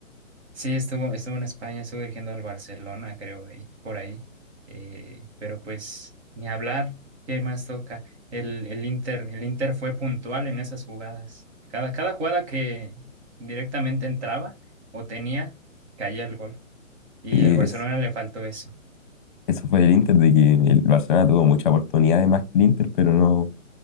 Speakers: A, on the right; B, on the left.
A: Sí, estuvo, estuvo en España, estuvo dirigiendo al Barcelona, creo, ahí, por ahí. Eh, pero pues ni hablar, ¿qué más toca? El, el Inter, el Inter fue puntual en esas jugadas. Cada, cada jugada que directamente entraba o tenía, caía el gol. Y
B: Sí,
A: el Barcelona
B: es,
A: le faltó eso.
B: eso fue el Inter, de que el Barcelona tuvo muchas oportunidades más que el Inter, pero no